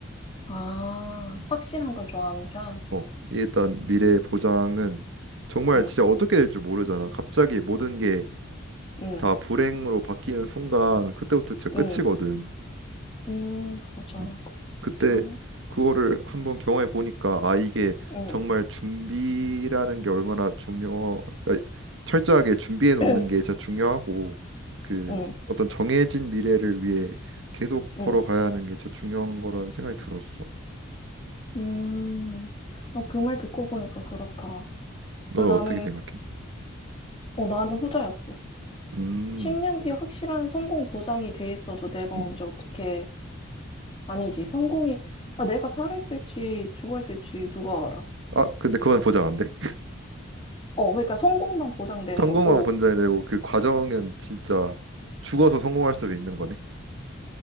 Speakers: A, on the left; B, on the right.
A: 아,
B: 음.
A: 확실한 걸 좋아하는 편?
B: 어, 일단 미래 보장은 정말
A: 응,
B: 진짜 어떻게 될지 모르잖아. 갑자기 모든 게
A: 응,
B: 다 불행으로 바뀌는 순간 그때부터 진짜 끝이거든.
A: 응, 응, 맞아.
B: 음, 그때
A: 그렇긴 하네.
B: 그거를 한번 경험해 보니까 아 이게
A: 응,
B: 정말 준비라는 게 얼마나 중요 그러니까 철저하게 준비해 놓는
A: <clears throat>
B: 게 진짜 중요하고 그
A: 응,
B: 어떤 정해진 미래를 위해 계속 걸어가야
A: 응,
B: 하는 게 진짜 중요한 거라는 생각이 들었어.
A: 음. 아, 그 말 듣고 보니까 그렇다.
B: 너
A: 아, 나는,
B: 어떻게 생각해?
A: 어, 나는 후자였어.
B: 음,
A: 10년 뒤에 확실한 성공 보장이 돼 있어도 내가
B: 음.
A: 언제 어떻게, 아니지, 성공이, 아, 내가 살아있을지 죽어있을지 누가 알아.
B: 아 근데 그건 보장 안 돼. <laughs>
A: 어, 그러니까 성공만 보장되는
B: 성공만
A: 거고,
B: 보장이 되고 그 과정은 진짜 죽어서 성공할 수도 있는 거네.